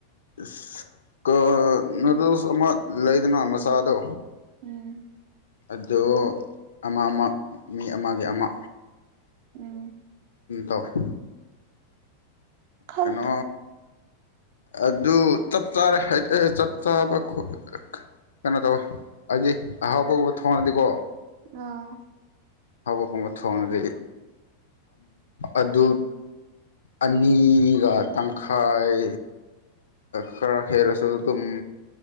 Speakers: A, on the left; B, on the right.
A: ꯑꯁ ꯀꯥꯜ ꯅꯨꯗꯜꯁ ꯑꯃ ꯂꯩꯗꯅ ꯃꯆꯥꯗꯣ
B: ꯎꯝ
A: ꯑꯗꫭ ꯑꯃ ꯑꯃ ꯃꯤ ꯑꯃꯒꯤ ꯑꯃ
B: ꯎꯝ
A: ꯎꯝ ꯇꯧꯏꯋꯦ
B: ꯈꯪꯗꯦ
A: ꯀꯩꯅꯣ ꯑꯗꯨ ꯆꯞ ꯆꯥꯔꯦ <unintelligible> ꯆꯞ ꯆꯥꯕ ꯈꫭꯠ ꯀꯩꯅꯣ ꯇꯧꯋꯦ ꯍꯥꯏꯗꯤ ꯑꯍꯥꯎꯕꯒꯨꯝꯕ ꯊꯣꯡꯉꯗꯤꯀꯣ
B: ꯑꯥ
A: ꯑꯍꯥꯎꯕꯒꯨꯝꯕ ꯊꯣꯡꯉꯗꯤ ꯑꯗꯨ ꯑꯅꯤꯒ ꯇꯪꯈꯥꯏ ꯈꯔ ꯍꯦꯜꯂꯁꯨ ꯑꯗꯨꯝ